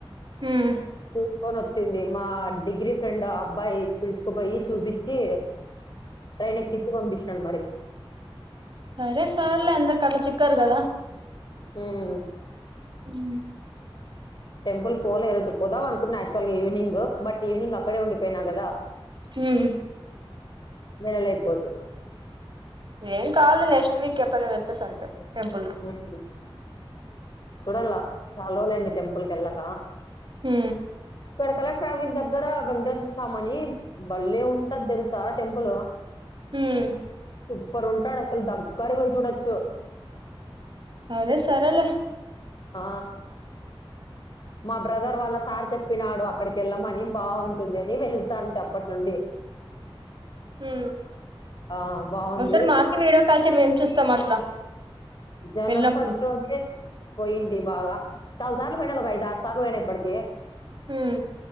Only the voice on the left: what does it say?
చూసుకొని వచ్చింది మా డిగ్రీ ఫ్రెండ్ అబ్బాయి పిలుచుకోపోయి చూపించి ట్రైన్ ఎక్కించి పంపించాను మరి
హ్మ్మ్
టెంపుల్ పోలే ఈ రోజు పోదామ అనుకున్నా యాక్చువల్గా ఈవినింగ్ బట్ ఈవినింగ్ అక్కడే ఉండిపోయినా కదా
మలలేకపోతే
హ్మ్. చూడాల చాలా రోజులయింది టెంపుల్ కెళ్ళక
ఇక్కడ కలెక్టర్ ఆఫీస్ దగ్గర వెంకటేశ్వర స్వామని బళ్లే ఉంటది తెలుసా టెంపుల్
సూపర్ ఉంటాడు అసలు దగ్గరకి పోయి చూడచ్చు
ఆ మా బ్రదర్ వాళ్ళ సార్ చెప్పినాడు అక్కడికి వెళ్ళమని బాగుంటుందని వెళ్తంటి అప్పటి నుండి
ఆ బాగుంది
జనవరి
ఫస్ట్ రోజే పోయింటి బాగా చాలా సార్లు పోయినలే ఒక ఐదు ఆరు సార్లు పోయినా ఇప్పడికే